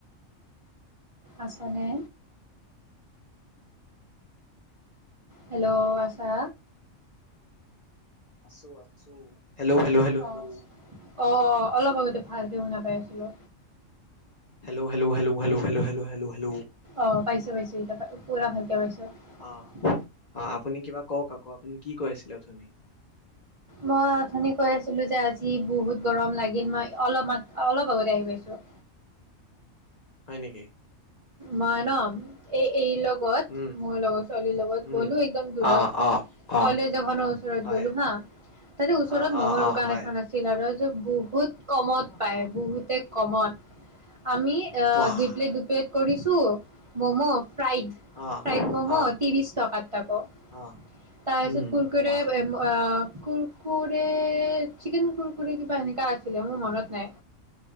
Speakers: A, on the right; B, on the left.
A: আচনে হেল্ল' আশা
B: আছোঁ আছোঁ হেল্ল' হেল্ল' হেল্ল' হেল্ল'
A: অ' অ অ অলপ আগতে ভালক শুনা পাই আছিলো।
B: হেল্' হেল্' হেল্' হেল্' হেলল হেলল হেল্'হেল্ল
A: আহ পাইছো পাইছো এতিয়া পুৰা ভালকে পাইছো।
B: অ অ আপুনি কিবা কওক আকৌ আপুনি কি কৈ আছিলে অথুনি
A: মই অথনি কৈ আছিলো যে আজি বহুত গৰম লাগিল মই অলপ মাত অলপ আগতে আহি পাইছো।
B: হয় নেকি
A: মই ন এই এই লগ লগত
B: উম,
A: মোৰ লগৰ ছোৱালীৰ লগত
B: উম।
A: গ'লো একদম দূৰত
B: অ', অ', অ',
A: কলেজ এখনৰ ওচৰত
B: হয়।
A: গ'লো হা তাতে ওচৰত
B: অ',
A: মমৰ
B: অ', অ',
A: দোকান
B: হয়।
A: এখন আছিল আৰু যে বহুত কমত
B: অ',
A: পায়
B: অ',
A: বহুতে কমত আমি অ
B: বাহ!
A: দুইপ্লেট দুইপ্লেট কৰিছো ম'ম ফ্ৰাইড
B: অ',
A: ফ্ৰাইড মম'
B: অ',
A: ত্ৰিশ টকাত তাকো
B: অ',
A: তাৰপিছত
B: উম,
A: কুৰকুৰী
B: বাহ!
A: কুৰকুৰে চিকেন কুৰকুৰে এনেকা কিবা মোৰ মনত নাই